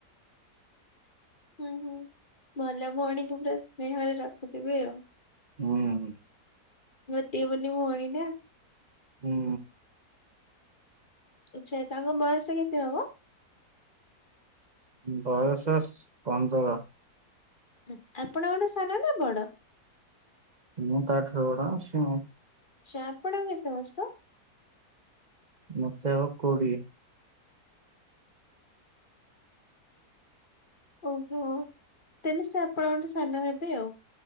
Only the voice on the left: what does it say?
ହୁଁ ହୁଁ ଭଲ ଭଉଣୀକୁ ପୁରା ସ୍ନେହରେ ରଖୁଥିବେ ଆଉ।
ଗୋଟିଏ ବୋଲି ଭଉଣୀ ନା।
ଆଚ୍ଛା ତାଙ୍କ ବୟସ କେତେ ହବ?
ହଁ ଆପଣଙ୍କଠୁ ସାନ ନା ବଡ?
ଚା ଆପଣଙ୍କୁ କେତେ ବର୍ଷ?
ଓହୋ ତେଣୁ ସେ ଆପଣଙ୍କଠୁ ସାନ ହେବେ ଆଉ।